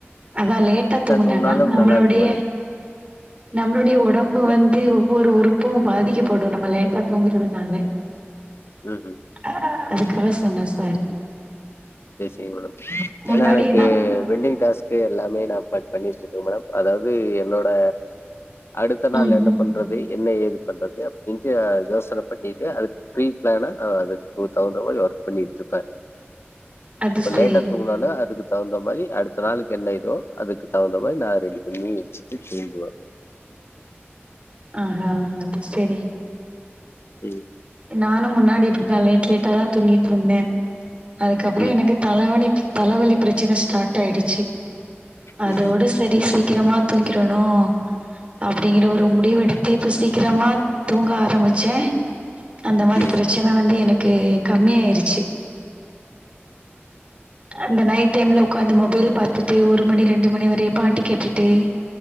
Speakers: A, on the right; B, on the left.
A: அதா லேட்டா தூங்கினன்னா
B: தூங்குனாலு
A: நம்ளோடைய
B: நல்லா இருக்கு மேடம்
A: நம்மளோடைய ஒடம்பு
B: இல்ல
A: வந்து ஒவ்வொரு உறுப்பும் பாதிக்கப்படு நம்ம லேட்டா தூங்குறதுனால
B: ம் ம்
A: ஆ அது கதா சொன்ன சார்
B: சரி சரி மேடம்
A: முன்னாடி
B: ஏனா எனக்கு
A: நா
B: வெட்டிங் டாஸ்கு எல்லாமே நா பட் பண்ணிட்டு இருக்க மேடம் அதாது என்னோட அடுத்த நாள்
A: ம்
B: என்ன
A: ம்
B: பண்றது என்ன ஏது பண்றது அப்டின்டு ஆ யோசன பண்ணிட்டு அதுக்கு ப்ரீ பிளானா ஆ அதுக்கு தகுந்த மாரி ஒர்க் பண்ணிட்டு இருப்ப
A: அது
B: இப்ப
A: சரி
B: லேட்டா தூங்குனாலு அதுக்கு தகுந்த மாரி அடுத்த நாளுக்கு என்ன இதோ அதுக்கு தகுந்த மாரி நா ரெடி பண்ணி வச்சிட்டு தூங்குவ
A: ஆஹா அது சரி
B: ம்
A: நானு முன்னாடி இப்டிதா லேட் லேட்டாதா தூங்கிட்டு இருந்தே அதுக்கப்புறோ
B: ம்
A: எனக்கு தலவணி தலவலி பிரச்சன ஸ்டார்ட் ஆயிடிச்சு
B: ம்ஹூம்
A: அதோட சரி சி சீக்கிரமா தூங்கிடணு அப்டிங்குற ஒரு முடிவு எடுத்து இப்ப சீக்கிரமா தூங்க ஆரம்பிச்ச அந்த மாதிரி
B: ம் ம்
A: பிரச்சன வந்து எனக்கு கம்மியாயிருச்சு அந்த நைட் டைம்ல ஒக்காந்து மொபைல் பாத்துட்டு ஒரு மணி ரெண்டு மணி வரையு பாட்டு கேட்டுட்டு